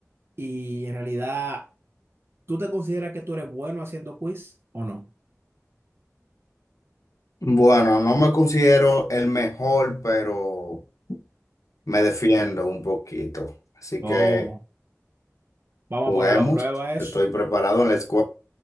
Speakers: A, on the right; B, on the left.
A: y en realidad, ¿tú te consideras que tú eres bueno haciendo quiz o no?
B: Bueno, no me considero el mejor, pero me defiendo un poquito. Así
A: O
B: que
A: vamos
B: juguemos.
A: a ponerlo a prueba eso.
B: Estoy preparado. En la escuela,